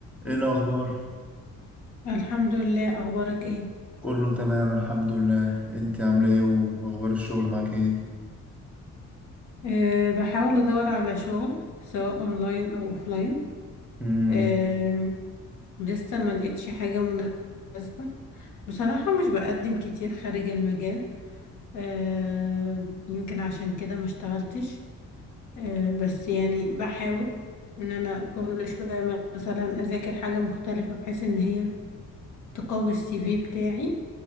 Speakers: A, in the centre; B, on the left.
A: ايه الاخبار
B: الحمد لله اخبارك ايه
A: كله تمام الحمد لله انت عامله ايه واخبار الشغل معاك ايه
B: أه بحاول ادور على شغل سواء اونلاين او اوفلاين
A: مم.
B: أه لسه ما لقيتش حاجه مناسبه بصراحه مش بقدم كتير خارج المجال أه يمكن عشان كده ما اشتغلتش أه بس يعني بحاول ان انا كل شويه مثلا اذاكر حاجه مختلفه بحيث ان هي تقوي السي في بتاعي